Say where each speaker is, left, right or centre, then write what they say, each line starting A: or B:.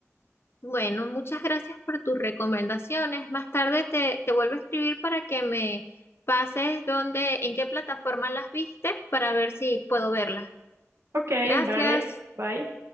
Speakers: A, on the left; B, on the right.
A: Bueno, muchas gracias por tus recomendaciones. Más tarde te, te vuelvo a escribir para que me pases dónde, en qué plataforma las viste para ver si puedo verlas.
B: Ok,
A: Gracias.
B: vale. Bye.